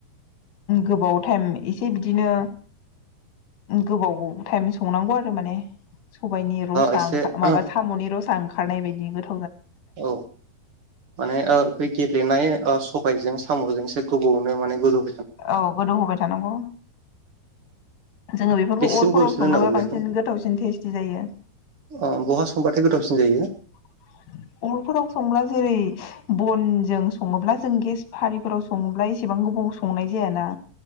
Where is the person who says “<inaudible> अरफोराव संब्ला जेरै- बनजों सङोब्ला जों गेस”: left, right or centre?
Left